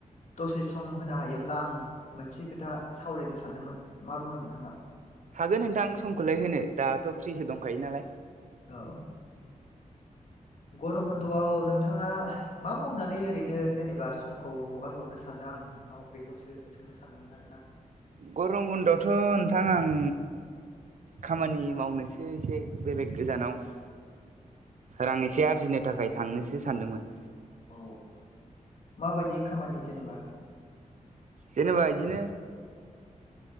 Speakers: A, on the left; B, on the right.
A: दसे सम होनो हायोब्ला आं मोनसे खोथा सावरायनो सानदोंमोन मा बुङो नोंथाङा?
B: हागोन नोंथां समखौलाय होनो दाथ' फ्रिसो दंखायो नालाय।
A: औ गरम बन्द'आव नोंथाङा मा मावनानै ओरैनो जेनेबा समखौ हगार हरनो सानदों? आं नोंथांनाव बेखौसो सोंनो सानदोंमोन आरोना।
B: गरम बन्दआवथ' नोंथां आं खामानि मावनोसो एसे बेलेग गोजानाव रां एसे आरजिनो थाखाय थांनोसो सानदोंमोन।
A: औ माबायदि खामानि जेनेबा?
B: जेनेबा इदिनो